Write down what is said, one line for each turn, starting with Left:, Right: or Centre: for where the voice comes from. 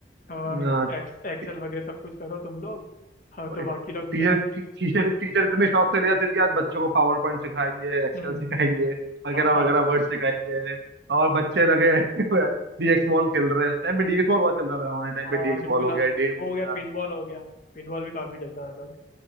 Left: और
Right: हाँ,
Left: एक्स, एक्सेल
Right: टी-
Left: वगैरह सब कुछ करो तुम लोग हाँ
Right: और
Left: तो बाकी लोग
Right: टीचर
Left: है ना
Right: टी- टीचर टीचर इतने शौक से ले जाते थे कि आज बच्चों को पावर पॉइंट सिखाएंगे एक्सेल
Left: हम्म
Right: सिखाएंगे वगैरह
Left: हाँ हाँ
Right: वगैरह वर्ड सिखाएंगे और बच्चे लगे <laughs> डीएक्स बॉल खेल रहे हैं इस टाइम पे डीएक्स बॉल बहुत चल रहा था हमारे टाइम
Left: हाँ
Right: पे डीएक्स
Left: बिल्कुल
Right: बॉल हो
Left: हाँ
Right: गया डे हो
Left: वो हो गया
Right: गया
Left: पिनबॉल हो गया पिनबॉल भी काफी चलता